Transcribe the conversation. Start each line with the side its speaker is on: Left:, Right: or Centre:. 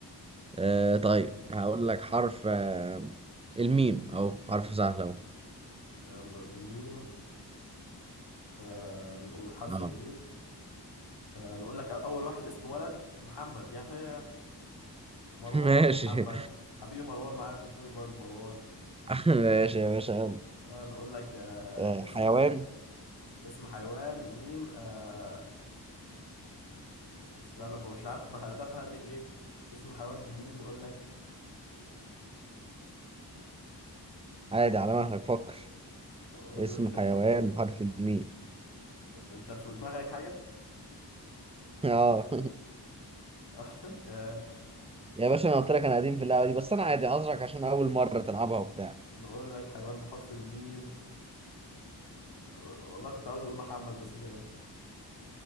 Left: خش
Right: آه
Left: لي
Right: طيب
Left: بقى فين
Right: هقول لك حرف آه الميم اهو حرف سهل اهو
Left: يلا الميم آه نقول حرف
Right: اه
Left: الميم آه نقول لك اول واحد اسم ولد محمد يحيى مروان
Right: <laughs> ماشي
Left: محمد حبيبي مروان معايا في الكول برضه مروان
Right: <laughs> ماشي يا باشا يلا
Left: آه نقول لك آه
Right: آه،
Left: اسم
Right: حيوان
Left: اسم حيوان ميم آه اصل انا مش عارف بقى- بدأت اهنج ليه اسم حيوان بالميم نقول لك
Right: عادي على مهلك فكر
Left: نقول
Right: اسم
Left: لك <laughs>
Right: حيوان بحرف الميم
Left: انت في دماغك حاجة
Right: <laughs> اه
Left: <laughs> آه
Right: يا باشا انا قلت لك انا قديم في اللعبه دي بس انا عادي عذرك عشان اول مره تلعبها وبتاع
Left: نقول لك حيوان بحرف الميم آه، والله كنت عاوز اقول محمد بس مش هينفع